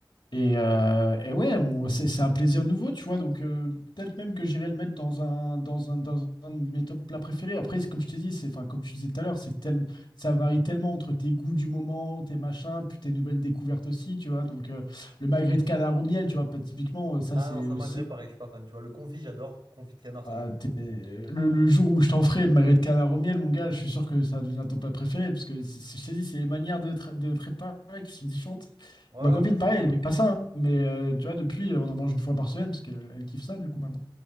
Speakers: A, on the left; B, on the right.
A: Et, euh, et ouais, on- c'est c'est un plaisir nouveau, tu vois, donc euh, peut-être même que j'irai le mettre dans un, dans un, dans un de mes top plats préférés. Après, c'est comme je t'ai dit, c'est, enfin, comme tu disais tout à l'heure, c'est que tel- ça varie tellement entre tes goûts du moment, tes machins, puis tes nouvelles découvertes aussi, tu vois, donc euh, le magret de canard au miel, tu vois, pas typiquement, euh, ça,
B: Ah
A: c'est
B: non, ça
A: aussi
B: magret, pareil, je suis pas fan. Tu vois, le confit, j'adore. Confit de canard,
A: ah,
B: ça je.
A: t'es- le, le jour où je t'en ferai magret de canard au miel, mon gars, je suis sûr que ça va devenir ton plat préféré, parce que c'est- c'est- je t'ai dit, c'est les manières de, tra- de préparer qui sont différentes.
B: Ouais,
A: Ma
B: ouais,
A: copine,
B: bien sûr.
A: pareil, elle
B: mais-
A: aimait
B: euh,
A: pas ça, hein, mais euh, tu vois, depuis, euh, on en mange une fois par semaine, parce qu'elle elle kiffe ça, du coup, maintenant.